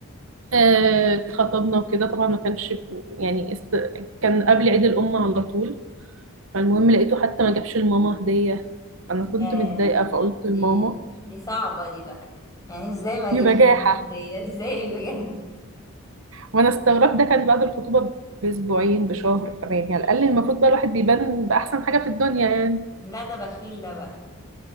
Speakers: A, on the right (about 65°); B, on the left (about 15°).
A: آه، اتخطبنا وكده طبعا ما كانش يعني است... كان قبل عيد الأم على طول فالمهم لقيته حتى ما جابش لماما هدية أنا كنت
B: آه.
A: متضايقة فقلت
B: دي
A: لماما
B: دي صعبة دي بقى يعني ازاي ما اجيبش
A: بجاحة
B: المعلومة دي ازاي بجد
A: وأنا استغربت ده كان بعد الخطوبة بأسبوعين بشهر فأنا يعني
B: مم.
A: على الأقل المفروض بقى الواحد بيبان بأحسن حاجة في الدنيا يعني
B: لا ده بخيل ده بقى